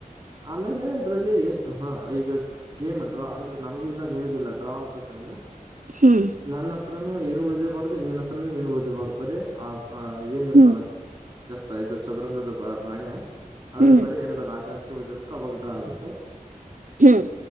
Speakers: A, on the right (about 25°); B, on the right (about 65°).
A: ಆಮೇಲೆ ಇದ್ರಲ್ಲಿ ಎಷ್ಟು ಹಾ ಈಗ ಗೇಮ್ ಡ್ರಾ ಅಂದ್ರೆ ನಾನಗು ಇಲ್ಲ ನೀನ್ಗು ಇಲ್ಲ ಡ್ರಾ ಆಗ್ಬೇಕಂದ್ರೆ
B: ಹ್ಮ್
A: ನನ್ನ ಹತ್ರನು ಏನು ಉಳ್ದೇಬಾರ್ದು ಇನ್ನನ್ನ ಹತ್ರನು ನೀಏನು ಉಳ್ದೇಬಾರ್ದ ಬರೀ ಆ ಏನ್ ಇರ್ತಲ್ಲ
B: ಹ್ಮ್
A: ಜಾಸ್ ಇದು ಚದುರಂಗದ ಬ ಮಣೆ ಅದ್ರಲ್ಲಿ
B: ಹ್ಮ್
A: ಬರೀ ಎರಡು ರಾಜ ಅಷ್ಟೇ ಉಳಿದಿರ್ಬೇಕು ಅವಾಗ ಡ್ರಾ ಆಗುತ್ತೆ
B: ಹ್ಮ್